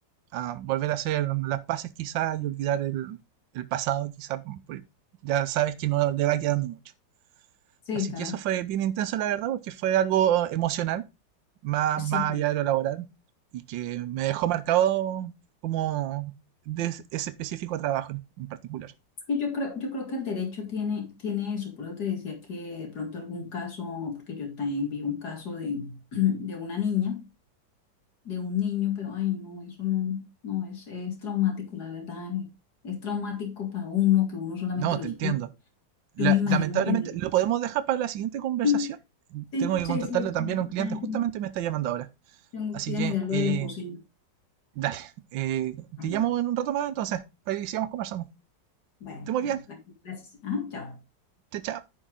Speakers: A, on the right; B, on the left.
A: a volver a hacer las paces quizás y olvidar el, el pasado quizás, porque ya sabes que no le va quedando mucho.
B: Sí,
A: Así
B: claro.
A: que eso fue bien intenso la verdad, porque fue algo emocional, más,
B: Sí,
A: más
B: claro.
A: allá de lo laboral, y que me dejó marcado como de ese específico trabajo en particular.
B: Y yo creo, yo creo que el derecho tiene, tiene eso, por eso te decía que de pronto algún caso, porque yo también vi un caso de, <clears throat> de una niña, de un niño, pero ay no, eso no, no es, es traumático, la verdad, eh, es traumático para uno, que uno solamente
A: No,
B: lo
A: te
B: escucha.
A: entiendo. La-
B: Yo me imagino
A: lamentablemente,
B: tener.
A: ¿lo podemos dejar para la siguiente conversación?
B: Sí, sí,
A: Tengo que
B: sí,
A: contactarle
B: sí,
A: también
B: yo
A: a un cliente,
B: también
A: justamente me está llamando ahora.
B: tengo
A: Así
B: que ir
A: que
B: a mirar lo
A: eh,
B: de la cocina.
A: Dale, eh,
B: Bueno,
A: te llamo en un rato más entonces, para que sigamos conversando.
B: bueno,
A: Esté muy
B: bueno,
A: bien,
B: gracias. Ah, chao.
A: chao, chao.